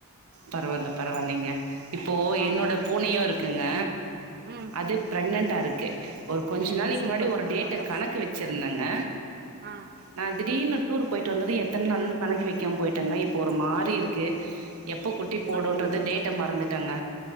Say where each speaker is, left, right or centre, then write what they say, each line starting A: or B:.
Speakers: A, on the right; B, on the right.
A: பரவால்ல பரவால்லைங்க இப்போ என்னோட
B: ஆமா
A: பூனையு இருக் குங்க
B: ம்
A: அது ப்ரெக்னன்ட் டா இருக்கு ஒரு கொஞ்ச நாளைக்கி
B: ஓ சூப்பருங்கோ
A: முன்னாடி ஒரு டேட்டு
B: நல்ல
A: கணக்கு
B: விஷ்
A: வச்சுருந்தங்க
B: ஆ
A: நா திடீர்னு டூர் பொயிட்டு வந்தது எத்தன நாள்ன்னு கணக்கு வெக்காம பொயிட்டேங்க இப்போ ஒரு மாறி இருக்கு எப்போ குட்டி போடுன்றது
B: ஐயையோ
A: டேட்ட மறந்துட்டங்க